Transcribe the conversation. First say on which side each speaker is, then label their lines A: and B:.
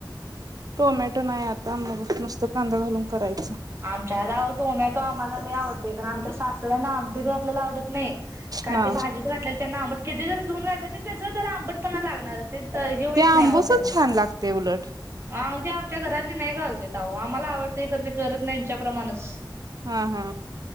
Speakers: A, on the right; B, on the right.
A: टोमॅटो नाही आता मग नुसतं कांदा घालून करायचं
B: आमच्या गाव टोमॅटो आम्हाला लई आवडते, कारण आमच्या सासऱ्यांना ते तर आपल्याला आवडत नाही. का
A: हा
B: ते भाजीत घातलेले त्यांना आंबट किती जर धुऊन घातलं त्याचा तर जरा आंबट पुन्हा लागणारचेत. तर हे होइत
A: ते आंबूसच
B: नाही अहो त्यांना,
A: छान लागते उलट
B: आन् ते आमच्या घरात नाही घालत्यात. आहो आम्हाला आवडतं तर ते करत नाही ह्यांच्या प्रमाणच
A: हा हा